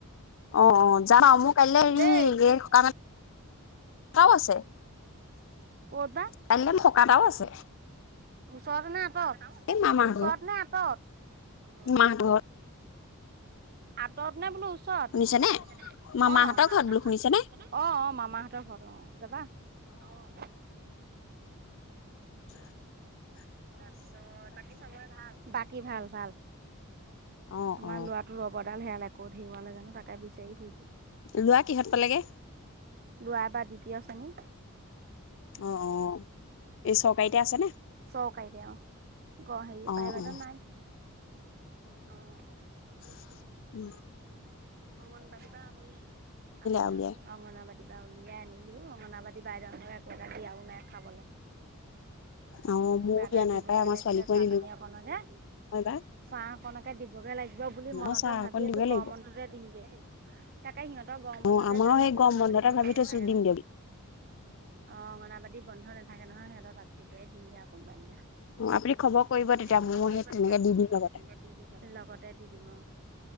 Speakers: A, on the left; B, on the right.
A: অ অ যাম মোৰ কাইলে হেৰি
B: দেই
A: এইক আছে
B: ক'ত বা
A: কাইলৈ মোৰ সক এটাও আছে
B: ওচৰ ন
A: এই মামাৰ
B: ওচৰত
A: ঘৰত
B: নে এ তত
A: মাহঁতৰ ঘৰত
B: আঁতৰত নে বোলো ু অ
A: শুনিছে নে মামাহঁতৰ
B: মামাহতৰ
A: ঘৰত বোলো
B: ঘ
A: শুনিছে নে
B: অ অ মামাহঁতৰ ঘৰত অ যাবা অ
A: উ
B: তাৰ পিছত বাকী চবৰে ভাল বাকী ভাল ভাল
A: অ
B: আমাৰ
A: অ
B: ল'ৰাটো ৰ'বত দুডাল হোল আ কতেওৱালে জানো তাক বিচাৰিুৈছো
A: লোৱা কিহঁত পালেগে
B: লৰা বা দ্বিতীয় শ্ৰণী
A: অ অ এই চৰকাৰীতে আছে নে
B: <unintelligible>
A: অ অ হয় উম
B: অংগনবাদীৰ পৰা সেই আনিলো
A: আৰু উলিয়াই
B: হেই অংগনাবাদী কিবা উলিয়াই আনিলো অঙনাবাদি বাইদেউৰ একো এটা দিয়াও নাই খাবলৈ
A: অ
B: কিবা
A: মোৰো
B: এটা
A: দিয়া নাই
B: দিবগে
A: পাই আমাৰ
B: লাগিছিলে
A: ছোৱালীকো
B: চাহ
A: আনিলো
B: পানী অকণক যে
A: নহয় এইবাৰ
B: চাহ অকনকে দিবগে লাগিব দিব বুলি মনতে
A: অ চাহ
B: ভাবি
A: অকণ
B: আছো
A: দিবই
B: গড
A: লাগিব
B: মন্থতে তাকে সিহঁতৰ গ বন্দতে
A: অ আমাৰো
B: যাম
A: সেই
B: নেকি
A: গৰম
B: অংনাবাদ়ী
A: বন্ধতে
B: বন্ধ
A: ভাবি
B: নাথাকে
A: থৈছো দিমগে
B: নহয়
A: বুলি
B: অংগনবাদী বন্ধ নাথাকে নহয় সিহঁত ত তেতিয়াই দিমগে আৰু কোনোবাই দিনা আপুনি
A: অ খবৰ কৰিব তেতিয়া
B: খবৰ
A: ময়ো
B: কৰিব
A: সেই তেনেকে
B: তেতিয়া ময়
A: দি দিম
B: সেই
A: লগতে
B: তেনেকে দি দিম লগতে দি দিম অ